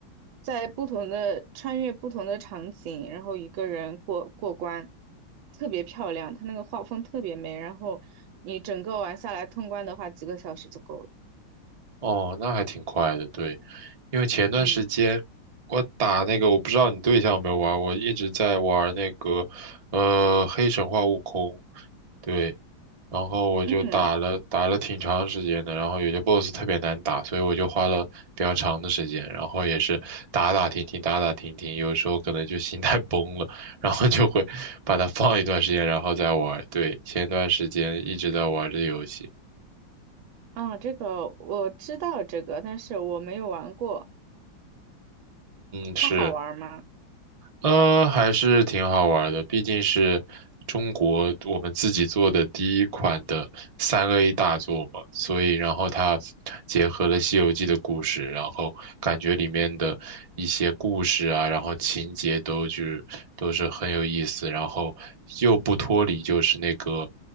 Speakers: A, on the right; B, on the right.
A: 在不同的穿越不同的场景，然后一个人过过关，特别漂亮。他那个画风特别美，然后你整个玩下来通关的话，几个小时就够了。
B: 哦，那还挺快的，对，因为前段时间我打那个，
A: 嗯
B: 我不知道你对象有没有玩，我一直在玩那个，呃，黑神话悟空，对，然后我就打了打了挺长时间的，
A: 嗯
B: 然后有些 BOSS 特别难打，所以我就花了比较长的时间，然后也是打打停停，打打停停，有时候可能就心态 <laughs> 崩了，然后就会把它放一段时间，然后再玩，对，前段时间一直在玩这游戏，
A: 啊，这个我知道这个，但是我没有玩过。
B: 嗯，是。
A: 它好玩吗？
B: 呃，还是挺好玩儿的，毕竟是中国我们自己做的第一款的三 A 大作嘛，所以然后它结合了《西游记》的故事，然后感觉里面的一些故事啊，然后情节都就是都是很有意思，然后又不脱离就是那个